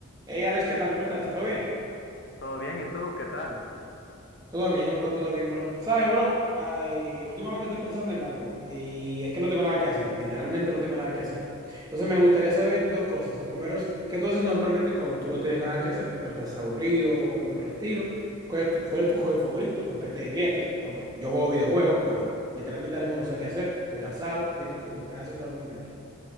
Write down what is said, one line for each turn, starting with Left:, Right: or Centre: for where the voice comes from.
Right: Hey Alex, ¿qué tal? ¿Cómo estás? ¿Todo bien?
Left: Todo bien, ¿y tú qué tal?
Right: Todo bien, bro, todo bien, bro. ¿Sabes, bro? Ay, últimamente estoy pensando en algo y es que no tengo nada que hacer, literalmente no tengo nada que hacer. Entonces me gustaría saber dos cosas. El primero es, ¿qué tú haces normalmente cuando tú no tienes nada que hacer? No estás aburrido y por el estilo. ¿Cuál es tu, cuál es tu hobby favorito? ¿Con qué te diviertes? Por ejemplo, yo juego videojuegos, pero literalmente ahora mismo no sé qué hacer. Estoy cansado. Dime tú, ¿qué haces normalmente?